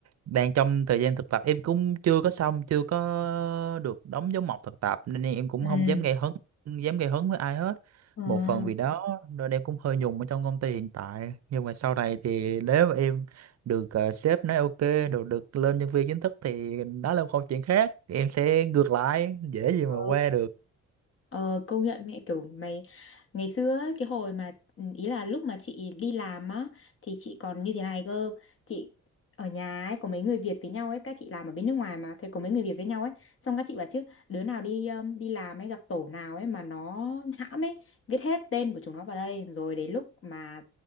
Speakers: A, on the right; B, on the left.
A: đang trong thời gian thực tập em cũng chưa có xong chưa có được đóng dấu mộc thực tập nên em cũng
B: ừ
A: không dám gây hấn dám gây hấn với ai hết
B: ừ,
A: một phần vì đó nên em cũng hơi nhùng ở trong công ty hiện tại nhưng mà sau này thì nếu mà em được ờ, sếp nói ok được được lên nhân viên chính thức thì đó là một câu chuyện khác em sẽ ngược lại dễ gì
B: ừ.
A: mà qua được
B: Ờ, công nhận mẹ kiểu mày ngày xưa ấy, cái hồi mà ừ, ý là lúc mà chị đi làm á thì chị còn như thế này cơ chị ở nhà ấy có mấy người Việt với nhau ấy các chị làm ở bên nước ngoài mà thì có mấy người Việt với nhau ấy xong các chị bảo chứ đứa nào đi um, đi làm ấy gặp tổ nào ấy mà nó hãm ấy viết hết tên của chúng nó vào đây rồi đến lúc mà